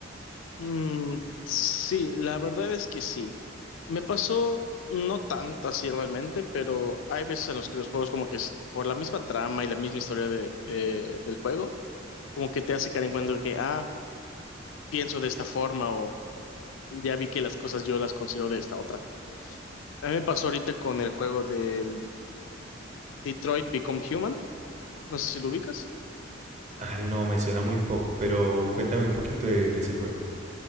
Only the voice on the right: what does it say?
Ay, no, me suena muy poco, pero cuéntame un poquito de, de ese juego.